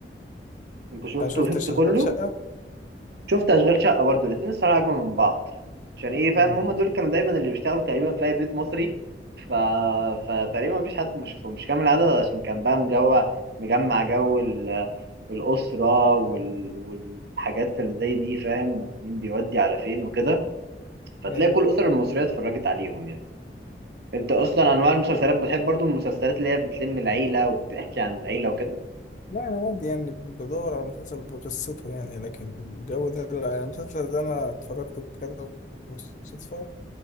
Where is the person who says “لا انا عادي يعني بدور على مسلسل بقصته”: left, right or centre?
Left